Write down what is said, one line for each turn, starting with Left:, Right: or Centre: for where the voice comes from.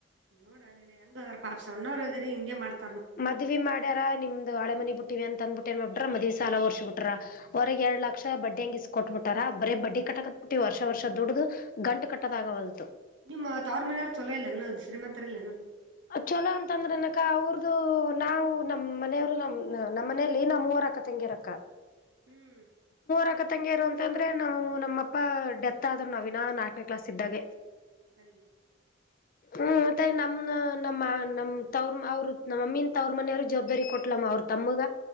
Right: ನೋಡ ನೀನ್ ಹೆಂಗ ಅದಾರ ಪಾಪ ಸಣ್ಣವ್ ಅದ್ರರಿ ಹಿಂಗಗೆ ಮಾಡ್ತ
Left: ಮದ್ವಿ ಮಾಡ್ಯಾರ ನಿಮ್ದು ಹಳೆ ಮನಿ ಬಿಟ್ಟ ಅಂದಬಿಟ್ಟ ಏನ್ ಮಾಡ ಬಿಟ್ರ ಮದ್ವಿ ಸಾಲ್ರ್ಸ್ಬ ಬಿಟ್ರ ಹೊರಗ್ ಎರಡ್ ಲಕ್ಷ ಬಡ್ಡಿ ಹಂಗ ಇಸ್ ಕೊಟ್ಬ ಬಿಟಾರ ಬೇ ಬಡ್ಡಿ ಕಟ್ಟಕತ್ ಬಿಟ್ಟಿ ವರ್ಷ ವರ್ಷ ದುಡ್ಡ್ದು ಗಂಟ ಕಟ್ಟದಾಗವಲ್
Right: ನಿಮ್ಮ ತಾವ್ರ ಮನೆಯವರು ಚೊಲೋ ಇಲ್ಲಾನ ಶ್ರೀಮಂತರ ಇಲ್ಲಾನ
Left: ಚಲೋ ಅಂತಂದ್ರೆ ಅನಕ ಅವ್ರದು ನಾವು ನಮ್ಮನೆಯವರು ನಮ್ಮ ನಮ್ಮ ಮನಲಿ ನಮ್ಮ ಊರಾಕ ತಂಗಿ ಅರಕ್ಕ
Right: ಹ್ಮ್
Left: ರಕತಂಗ್ಯರು ಅಂತಂದ್ರೆ ನಾವು ನಮ್ಮಪ್ಪ ಡೆತ್ ಆದರು ನವಿನ ನಾಲ್ಕನೇ ಕ್ಲಾಸ್ ಇದ್ದಾಗ
Right: ಅ
Left: ಹ್ಮ್ ಮತ್ತ ನಮ್ಮ ನಮ್ಮ ನಮ್ಮ ತವ್ರ ಅವರು ನಮ್ಮಮ್ಮಿ ತ ಅವ್ರ ಮನೆಯವ್ರ ಜವಾಬ್ದಾರಿ ಕೊಟ್ಲಮ್ಮ ಅವ್ರ ತಮ್ಮಗ